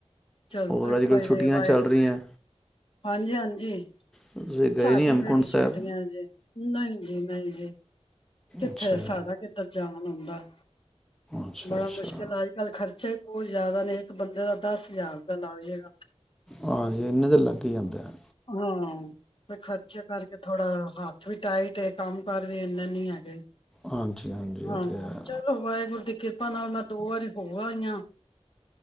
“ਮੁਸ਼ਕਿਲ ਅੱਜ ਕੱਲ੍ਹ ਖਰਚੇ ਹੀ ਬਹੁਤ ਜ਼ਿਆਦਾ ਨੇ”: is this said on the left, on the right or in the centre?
Left